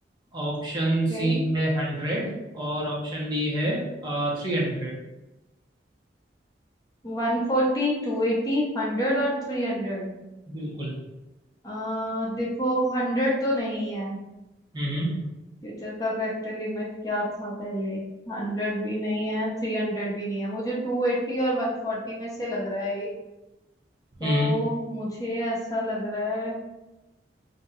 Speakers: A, on the right; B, on the left.
A: ऑप्शन
B: ओके
A: सी है हंड्रेड और ऑप्शन डी है थ्री हंड्रेड
B: वन फोर्टी टू एटी हंड्रेड और थ्री हंड्रेड
A: बिल्कुल
B: आ, देखो हंड्रेड तो नहीं है
A: हम्म हम्म
B: फ्यूचर का कैपिटल लिमिट क्या था पहले हंड्रेड भी नहीं है थ्री हंड्रेड भी नहीं है मुझे टू एट्टी और वन फोर्टी में से लग रहा है एक तो
A: हम्म।
B: मुझे ऐसा लग रहा है